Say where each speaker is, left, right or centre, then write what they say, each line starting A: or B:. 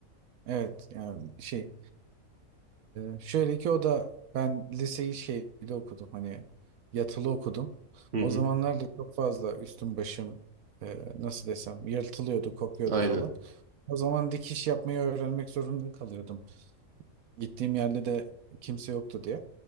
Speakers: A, on the right; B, on the right.
A: Evet yani şey e, şöyle ki o da ben liseyi şeyde okudum hani yatılı okudum.
B: Hı
A: O
B: hı.
A: zamanlar da çok fazla üstüm başım e, nasıl desem yırtılıyordu kopuyordu
B: Aynen.
A: falan. O zaman dikiş yapmayı öğrenmek zorunda kalıyordum. Gittiğim yerde de kimse yoktu diye.